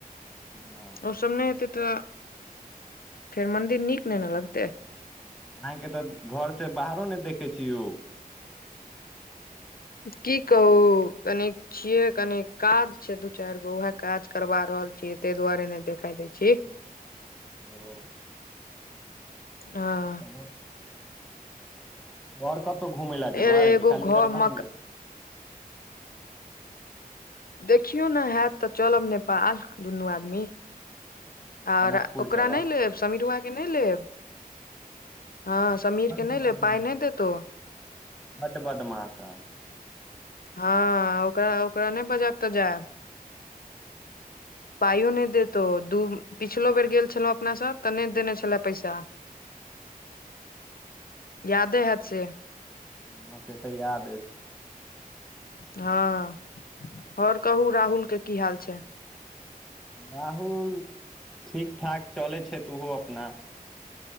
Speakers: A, in the centre; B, on the left (about 70°).
A: हँ
B: ओ सब नहि हेतै तऽ फेर मंदिर नीक नहि नऽ लगतै
A: अहाँके तऽ घर से बाहरो नहि देखै छी यौ
B: की कहू कनि छियै कनी काज छै दू चारि गो उएह काज करबा रहल छीयै ताहि दुआरे नहि देखाई देय छी <inaudible>
A: ओ
B: ह
A: और और कतहु घुमय लए जेबै
B: अरे एगो
A: कि खाली
B: घर
A: दरभंगे
B: मक देखियौ नऽ हयैत तऽ चलब नेपाल दुनू आदमी आओर
A: जनकपुर
B: ओकरा
A: चलब
B: नहि लेब समीरबा क नहि लेब हँ समीर
A: बड
B: के नहि लेब
A: बदमाश
B: पाइ नहि देतो
A: बड बदमाश ह
B: हँ ओकरा ओकरा नहि बजायब तऽ जायब पाइयो नहि देत ओ दू पिछलो बेर गेल छलहुँ अपनासभ तऽ नहि देने छलेय पैसा यादे हैत से
A: हँ से तऽ याद अछि
B: हँ आओर कहू राहुल के की हाल छै
A: राहुल ठीक ठाक चलै छैथ ओहो अपना